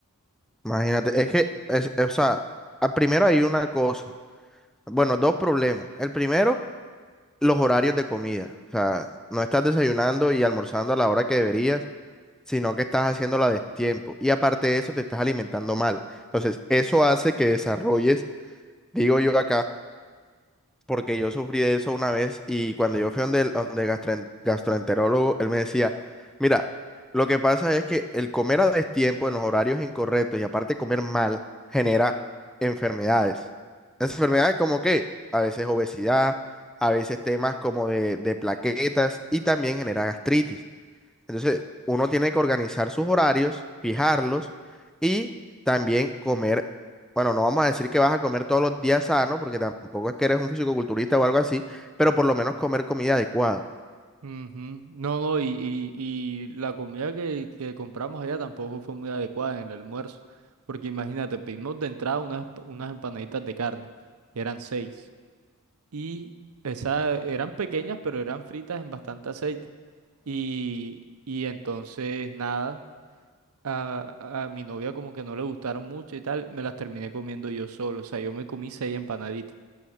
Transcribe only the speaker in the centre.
Imagínate, es que, es, o sea, a- primero hay una cosa, bueno, dos problemas. El primero, los horarios de comida. O sea, no estás desayunando y almorzando a la hora que deberías, sino que estás haciéndola de tiempo. Y aparte de eso, te estás alimentando mal. Entonces, eso hace que desarrolles, digo yo acá, porque yo sufrí de eso una vez y cuando yo fui donde el, donde el gastroen- gastroenterólogo, él me decía, mira, lo que pasa es que el comer a destiempo en los horarios incorrectos y aparte comer mal genera enfermedades. Enfermedades como que a veces obesidad, a veces temas como de, de plaquetas y también genera gastritis. Entonces, uno tiene que organizar sus horarios, fijarlos y también comer. Bueno, no vamos a decir que vas a comer todos los días sano, porque tampoco es que eres un fisicoculturista o algo así, pero por lo menos comer comida adecuada.